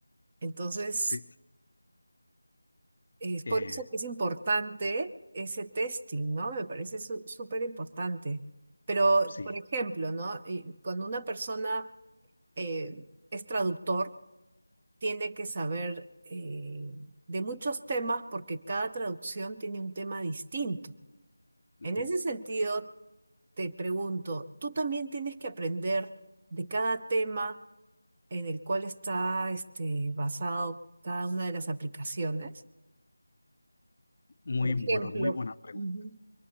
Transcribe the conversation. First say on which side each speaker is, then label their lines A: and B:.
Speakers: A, on the right; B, on the left.
A: Entonces,
B: Sí,
A: es
B: eh,
A: por eso que es importante ese testing, ¿no? Me parece su- súper importante. Pero,
B: sí.
A: por ejemplo, ¿no? Y cuando una persona eh, es traductor, tiene que saber eh, de muchos temas porque cada traducción tiene un tema distinto.
B: Ujú.
A: En ese sentido, te pregunto, tú también tienes que aprender de cada tema en el cual está este, basado cada una de las aplicaciones.
B: Muy,
A: Por
B: bueno,
A: ejemplo,
B: muy buena pregunta.
A: Ujú.